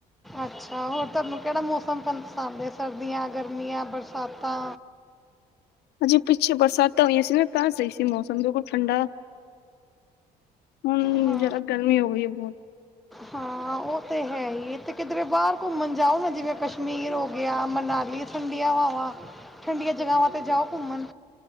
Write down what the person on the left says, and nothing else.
ਹਜੇ ਪਿੱਛੇ ਬਰਸਾਤਾਂ ਹੋਈਆਂ ਸੀ ਨਾ ਕੱਲ ਸਹੀ ਸੀ ਮੌਸਮ, ਬਿਲਕੁਲ ਠੰਡਾ ਹੁਣ
ਜਰਾ ਗਰਮੀ ਹੋ ਗਈ ਹੈ ਬਹੁਤ